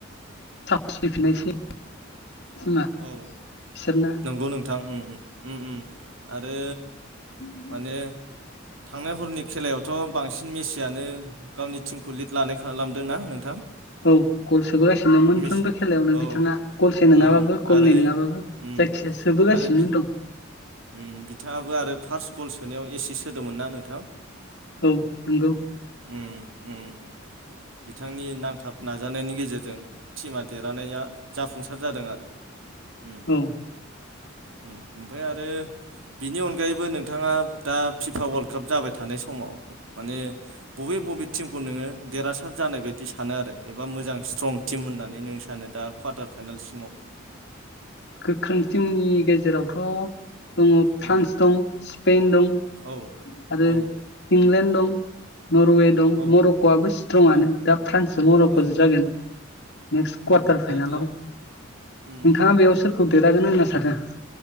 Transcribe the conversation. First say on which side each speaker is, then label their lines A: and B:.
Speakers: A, on the left; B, on the right.
A: साहस फैफिननायसै टिमा
B: औ
A: बिसोरना
B: नोंगौ नोंथां उम उम उम उम आरो
A: उम
B: माने थांनाय हरनि खेलायावथ' बांसिन मेसियानो गावनि टिमखौ लिड लानाय खालामदों ना नोंथां?
A: औ गल सोबोगासिनो मोनफ्रोमबो
B: मिस
A: खेलायावनो बिथाङा
B: औ
A: गलसे नङाबाबो
B: औ
A: गलनै
B: आरो
A: नङाबाबो
B: उम
A: जायखिजाया सोबोगासिनो
B: आरो बि
A: दं।
B: उम बिथाङाबो आरो फार्स्ट गल सोनायाव एसिस्ट होदोंमोन ना नोंथां
A: औ नंगौ
B: उम उम बिथांनि नांथाब नाजानायनि गेजेरजों टिमा देरहानाया जाफुंसार जादों आरो ओम
A: औ
B: ओमफ्राय आरो आरो बिनि अनगायैबो नोंथाङा दा फिफा वर्ल्ड काप जाबाय थानाय समाव माने बबे बबे टिमखौ नोङो देरहासार जानाय बायदि सानो आरो एबा मोजां स्ट्रं टिम होननानै नों सानो दा कवारटार फाइनालसिमाव
A: गोख्रों टिमनि गेजेरावथ' दङ फ्रान्स
B: उम
A: दं स्पेन दं
B: औ
A: आरो
B: औ
A: इंलेण्ड
B: उम
A: दं नरवे दं
B: औ
A: मर'क'आबो स्ट्रंनो
B: औ
A: दा फ्रान्सजों मर'खज
B: औ
A: जागोन नेक्स्ट कवारटार
B: उम दा
A: फाइनलाव
B: बेयाव उम
A: नोंथाङा बेयाव सोरखौ देरहागोन होनना सानो?